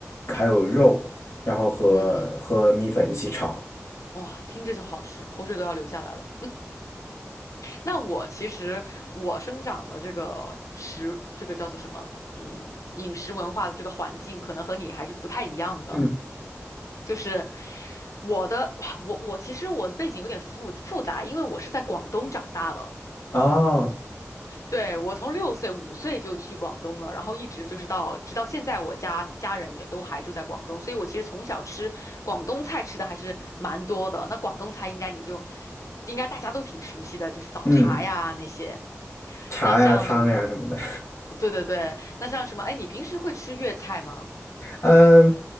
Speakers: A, on the left; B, on the left.
A: 还有肉，然后和和米粉一起炒。
B: 嗯嗯，哇，听着就好吃，口水都要流下来了。那我其实我生长了这个食，这个叫做什么？嗯，饮食文化的这个环境，可能和你还是不太一样的。
A: 嗯，
B: 就是我的，哇，我我其实我的背景有点复复杂，因为我是在广东长大的。
A: 哦，
B: 对，我从六岁、五岁就去广东了，然后一直就是到直到现在，我家家人也都还住在广东，所以我其实从小吃广东菜吃的还是蛮多的。那广东菜应该你就应该大家都挺熟悉的，就是早茶呀那些。
A: 嗯。茶呀、
B: 那像什么？
A: 汤呀什么的。
B: 对对对，那像什么？哎，你平时会吃粤菜吗？
A: 嗯，